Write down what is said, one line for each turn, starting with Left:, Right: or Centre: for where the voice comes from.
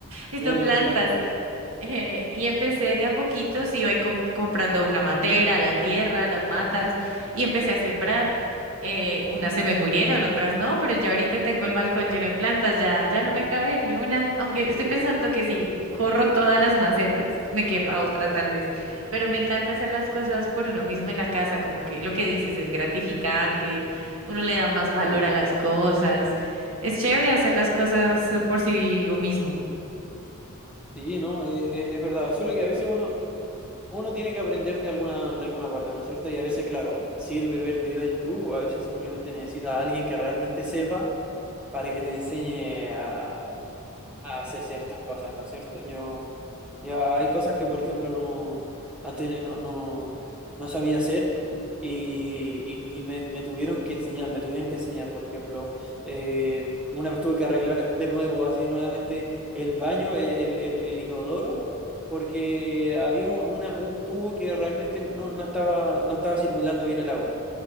Right: necesito
Centre: Eh,
Right: plantas.
Centre: claro,
Right: Eh, y empecé de a poquitos, iba ahí comp- comprando una matera, la tierra, las matas, y empecé a sembrar. Eh, unas se me murieron, otras no, pero ya ahorita tengo el balcón lleno de plantas, ya, ya no me cabe ni una, aunque estoy pensando que si corro todas las macetas, me quema otra tal vez. Pero me encanta hacer las cosas por uno mismo en la casa, como que lo que dices es gratificante, uno le da más valor
Centre: sí,
Right: a las cosas. Es chévere hacer las cosas eh, por sí mismo.
Centre: sí, no, Eh, eh, es verdad. Solo que a veces uno, uno tiene que aprender de alguna, de alguna parte, ¿no es cierto? Y a veces, claro, sirve ver videos en YouTube, o a veces simplemente necesita a alguien que realmente sepa para que te enseñe a, a hacer ciertas cosas, ¿no es cierto? Yo, ya hay cosas que, por ejemplo, no, antes no, no, no sabía hacer y, y- y me, me tuvieron que enseñar, me tuvieron que enseñar, por ejemplo, eh, una vez tuve que arreglar de nuevo, así nuevamente, el baño, el, el, el- el inodoro, porque había un- una, un tubo que realmente no, no estaba, no estaba circulando bien el agua